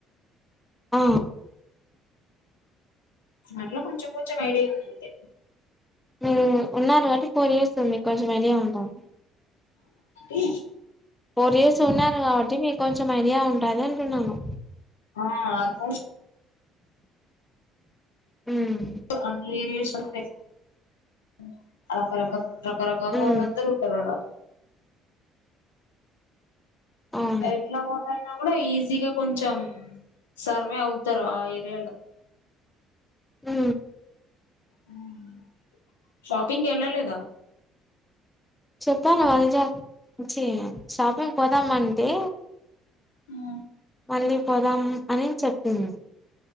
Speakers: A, in the centre; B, on the left (about 80°).
A: ఆ
B: అట్లో కొంచెం కొంచెం ఐడియా ఉందింది
A: మ్ ఉన్నాారు కాబట్టి ఫర్ ఇయర్స్ మిక్ కొంచెం ఐడియా ఉంటారు
B: ఎ
A: ఫోర్ ఇయర్స్ ఉన్నారు కాబట్టి మీకు కొంచెం ఐడియా ఉంటది అంటున్నాను
B: ఆ ఆల్మోస్
A: మ్
B: అన్ని <unintelligible> రాకరకాల్ రకరకాళ్ళో
A: ఉమ్
B: ల్లాందరు ఉంటారు ఆడ
A: అవును
B: ఎట్లా మనై కూడా ఈజీగా కొంచెం సర్వే అవుతారు ఆ ఏరియాలో
A: మ్
B: మ్ షాపింగ్ వెళ్ళలేదా
A: చెప్పాను వానజాకి చి షాపింగ్ పోదామంటి
B: ఆ
A: మళ్ళీ పోదాం అని చెప్పింది